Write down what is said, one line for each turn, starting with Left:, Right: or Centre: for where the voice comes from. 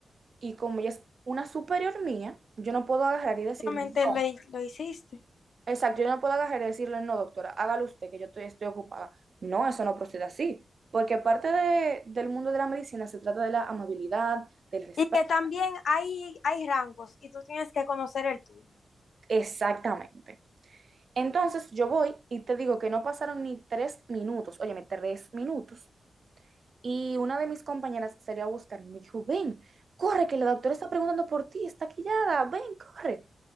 Right: Y como ella es una superior mía, yo no puedo agarrar y decirle,
Left: simplemente
Right: no,
Left: lo, hi- lo hiciste.
Right: exacto, yo no puedo agarrar y decirle, no, doctora, hágalo usted, que yo estoy, estoy ocupada. No, eso no procede así, porque parte de- del mundo de la medicina se trata de la amabilidad, del respeto.
Left: Y que también hay, hay rangos y tú tienes que conocer el tuyo.
Right: Exactamente. Entonces yo voy y te digo que no pasaron ni tres minutos, óyeme, tres minutos Y una de mis compañeras salió a buscarme y me dijo, ven, corre, que la doctora está preguntando por ti, está quillada, ven, corre.